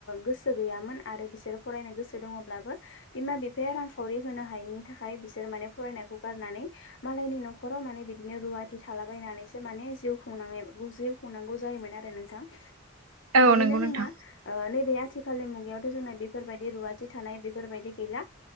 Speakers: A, on the left (about 60°); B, on the right (about 80°).
A: गोसो गैयामोन आरो बिसोर फरायनो गोसो दङब्लाबो बिमा बिफाया रांखावरि होनो हायिनि थाखाय बिसोर माने फरायनायखौ गारनानै मालायनि न'खराव माने बिदिनो रुवाथि थालाबायनानैसो माने जिउ खुंनाङो खुंनांगौ जायोमोन आरो नोंथां
B: औ
A: बिदिनो
B: नंगौ
A: जोंना
B: नोंथां
A: नैबे आथिखालनि मुगायावथ' जोंना बेफोरबायदि रुवाथि थानाय बेफोरबायदि गैला